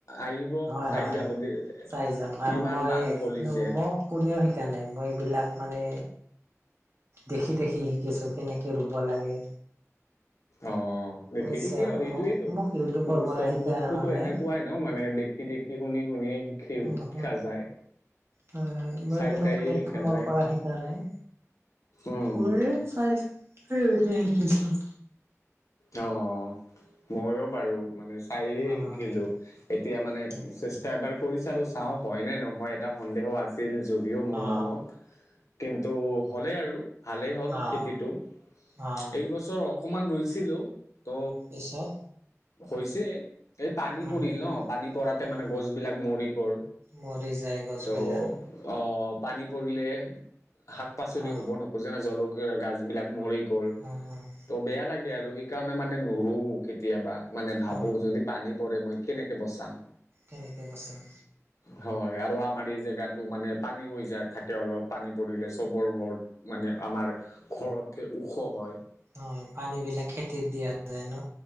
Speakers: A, on the left; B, on the right.
A: আহিব
B: হয়
A: চাই
B: হয় হয়,
A: যাব দে
B: চাই যাম
A: কিমান
B: আৰু মই
A: পাণ
B: এক
A: ফলিছে
B: নম্ব কোনেও শিকা নাই। মই এইবিলাক মানে দেখি দেখি শিকিছোঁ। কেনেকৈ ৰুব লাগে!
A: অ', দেখাতো
B: বুজিছা
A: কিয় সেইটোয়েইতো।
B: মোক মোক ইউটিউবৰ
A: মোৰ
B: পৰা
A: চব
B: শিকা
A: বস্তুতো
B: হোৱা নাই
A: এনেকুৱাই ন মানে। দেখি দেখি, শুনি শুনিয়েই, শিকি
B: অ'
A: শিকা যায়।
B: হয়, হয়। মই
A: চাই
B: কোনো
A: চাইয়ে
B: প্লেটফৰ্মৰ
A: শিকা যায়
B: পৰা শিকাঁ নাই।
A: উম
B: ওৱে, চাইস এতিয়া শিকিছোঁ।
A: অ', অ'। মইও বাৰু, মানে চাইয়েই
B: উম
A: শিকিলোঁ। এতিয়া মানে
B: এনেকে
A: এবাৰ কৰি চালোঁ, চাওঁ হয় নে নহয়। এটা সন্দেহ আছিল, যদিও মোৰ
B: অ
A: মনত। কিন্তু হ'লেই আৰু ভালেই হ'ল,
B: অ
A: খেতিটো।
B: অ
A: এইবছৰ অকণমান ৰুইছিলোঁ। ত'
B: পিছত।
A: হৈছে, এই পানী
B: উম
A: পৰিল ন! পানী পৰাতেই
B: উম
A: মানে গছবিলাক, মৰি গ'ল।
B: মৰি যায়, গছবিলাক।
A: ত' অ', পানী পৰিলে, শাক-পাচলি
B: অ
A: হ'ব ন। আকৌ জানাঁ জলকীয়াৰ গছবিলাক মৰি গ'ল।
B: অ', অ',
A: ত' বেয়া লাগে আৰু। সেইকাৰণে মানে নৰো কেতিয়াবা, মানে ভাবোঁ
B: অ
A: যদি। পানী পৰে, মই কেনেকে বচাম?
B: কেনেকৈ বচাম।
A: হয় আৰু আমাৰ এই জেগাতো মানে পানী হৈ যায়, থাকে অলপ পানী পৰিলে চবৰ ঘৰত মানে আমাৰ ঘৰতকে ওখ হয়।
B: হয়, পানী বিলাক খেতিত দিয়া যায় ন!